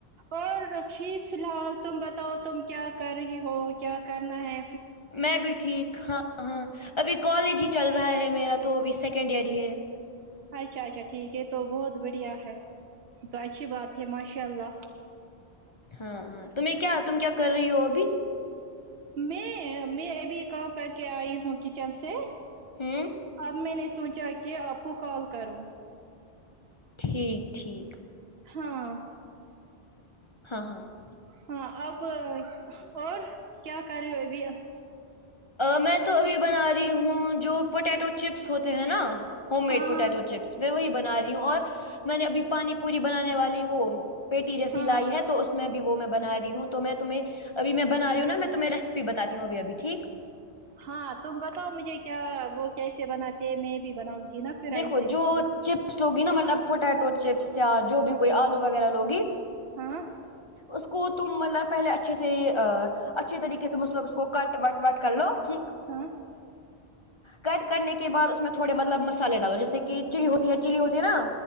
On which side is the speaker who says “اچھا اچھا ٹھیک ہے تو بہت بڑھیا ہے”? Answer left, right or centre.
Right